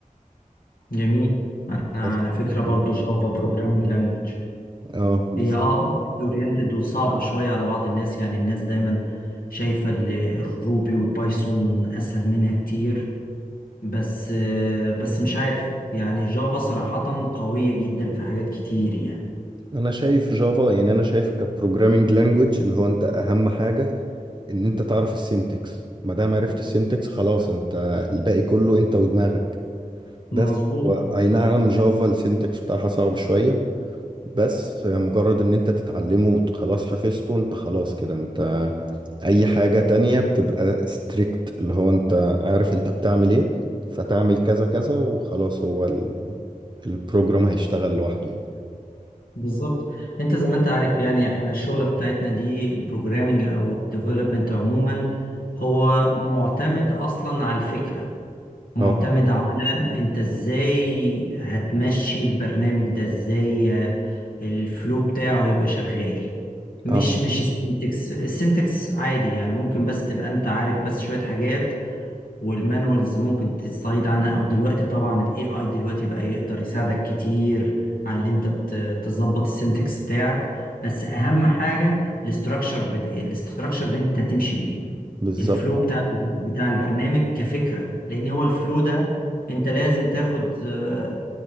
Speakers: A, on the left; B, on the right.
A: جميل انا
B: بس
A: على فكرة برضو
B: اه
A: جافا بروجرامنج لانجوج
B: آه، بالظبط
A: هي اه اوبجكت اورينتد وصعبة شوية على بعض الناس يعني الناس دايما شايفة ال- الروبي والبايثون اسهل منها كتير بس آه، بس مش عارف يعني جافا صراحة قوية جدا في حاجات كتير يعني
B: انا شايف جافا يعني انا شايف كبروجرامينج لانجويج اللي هو انت اهم حاجه ان انت تعرف السينتكس ما دام عرفت السينتكس خلاص انت الباقي كله انت ودماغك
A: مظبوط
B: بس هو اي نعم جافا السينتكس بتاعها صعب شويه بس مجرد ان انت تتعلمه وخلاص حفظته انت خلاص كده انت اي حاجه تانية بتبقى ستريكت اللي هو انت عارف انت بتعمل ايه فتعمل كذا كذا وخلاص هو ال- البروجرام هيشتغل لوحده يعني
A: بالظبط انت زي ما انت عارف يعني احنا الشغله بتاعتنا دي البروجرامنج او الديفلوبمنت عموما هو معتمد اصلا على الفكره معتمد
B: اه
A: على انت ازاي هتمشي البرنامج ده ازاي ه- الفلو بتاعه هيبقى شغال مش
B: اه
A: مش السنتكس السنتكس عادي يعني ممكن بس تبقى انت عارف بس شويه حاجات والمانوالز ممكن تستعيد عنها او دلوقتي طبعا الاي اي دلوقتي بقى يقدر يساعدك كتير على اللي انت ت- تظبط السنتكس بتاعك بس اهم حاجه الاستراكشر بت... الاستراكشر اللي انت هتمشي بيه
B: بالظبط
A: الفلو بتاع بتاع البرنامج كفكره لان هو الفلو ده انت لازم تاخد آه،